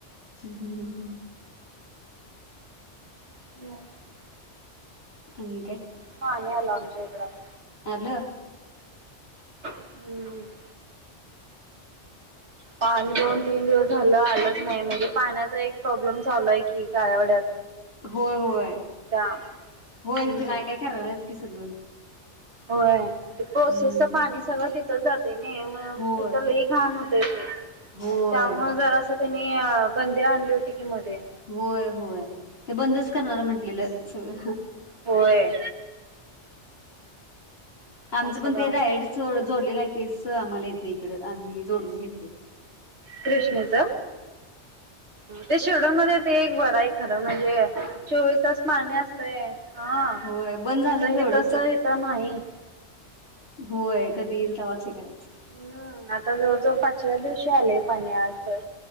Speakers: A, on the left; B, on the right.
A: ह हम्म हम.
B: निवांत <unintelligible>
A: आणि काय
B: पाणी आल आमच्या इकड आता.
A: आल.
B: हम्म पाणी दोन तीन दिवस झालं आलंच नाही म्हणजे पाण्याचा एक प्रॉब्लेम चालो आहे की. काळ्यावड्यात
A: होय होय
B: हम्म
A: होय तथ काय काय कराल्यात कि सगळं.
B: होय ते पाऊसाच
A: हम्म.
B: पाणी सगळं तिथं जाते नाही मग
A: होय
B: तिथ घान होत ते त्यामुळ
A: होय.
B: जरां त्यानी बंदी आणली होती की मध्ये.
A: होय होय
B: हम्म
A: ते बंदच करणार म्हंटलेलं सगळं.
B: होय काय
A: आमज
B: सगळं
A: आमच पण डॅरेक्टच
B: आवघड
A: च जोडलेला आहे तेच आम्हाला येते इकड आम्ही जोडून घेतलय.
B: कृष्णेच ते शिरडोनमध्ये ते एक बर आहे की. खर म्हणजे चोवीस तास पाणी असतय हा
A: होय बंद झालत
B: त
A: तेवढंच.
B: ह तस तर नाही.
A: होय, कधी येईल तवाच हे करायच.
B: हम, आता जवळ जवळ पाचव्या दिवशी आले पाणी आज तर.